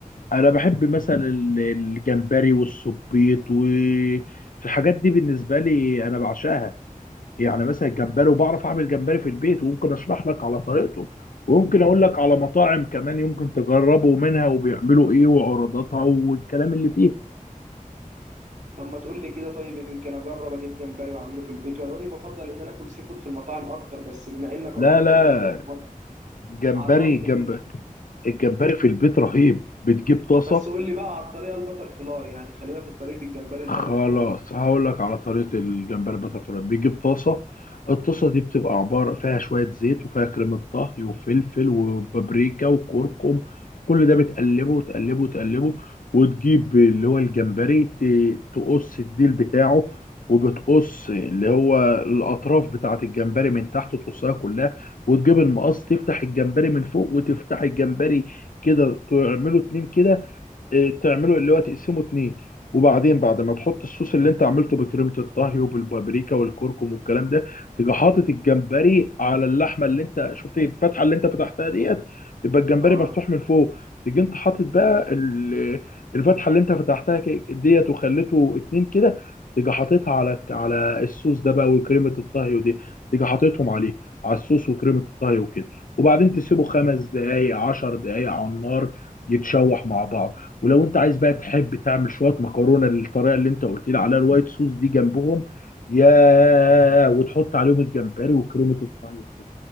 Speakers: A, on the left; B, on the right.
A: أنا بحب مثلا ال- الجمبري والسبيط والحاجات دي بالنسبة لي أنا بعشقها يعني مثلا الجمبري وبعرف اعمل جمبري في البيت وممكن اشرح لك على طريقته وممكن اقول لك على مطاعم كمان يمكن تجربوا منها وبيعملوا ايه وعروضاتها والكلام اللي فيه
B: طب ما تقول لي كده طيب يمكن اجرب اجيب جمبري واعمله في البيت ولو اني بفضل ان انا اكل سي فود في المطاعم اكتر بس بما انك
A: لا
B: راجل خبره
A: لا
B: كده في المطبخ
A: جمبري
B: عرفني
A: جنب
B: كده
A: الجمبري في البيت رهيب بتجيب طاسة
B: بس قول لي بقى على الطريقه البتر فلاي يعني خلينا في طريقه الجمبري البتر
A: خلاص
B: فلاي
A: هقول لك على طريقة الجمبري بترفلاي بيجيب طاسة الطاسة دي بتبقى عبارة فيها شوية زيت وفيها كريمة طهي وفلفل وبابريكا وكركم كل ده بتقلبه وتقلبه وتقلبه وتجيب اللي هو الجمبري ت- تقص الديل بتاعه وبتقص اللي هو الأطراف بتاعة الجمبري من تحت تقصها كلها وتجيب المقص تفتح الجمبري من فوق وتفتح الجمبري كده تعمله اتنين كده آه، تعمله اللي هو تقسمه اتنين وبعدين بعد ما تحط الصوص اللي انت عملته بكريمة الطهي وبالبابريكا والكركم والكلام ده تيجي حاطط الجمبري على اللحمة اللي انت شفت ايه، الفتحة اللي انت فتحتها ديت بيبقى الجمبري
B: اه
A: مفتوح من فوق تيجي انت حاطط بقى ال- الفتحة اللي انت فتحتها ك- ديت وخليته اتنين كده تيجي حاططها على على الصوص ده بقى وكريمة الطهي ودي تيجي حاططهم عليه على الصوص وكريمة الطهي وكده وبعدين تسيبه خمس دقايق عشر دقايق على النار يتشوح مع بعض ولو انت عايز بقى تحب تعمل شويه مكرونه للطريقه اللي انت قلت لي عليها الوايت صوص دي جنبهم يا وتحط عليهم الجمبري وكريمه الطهي وكده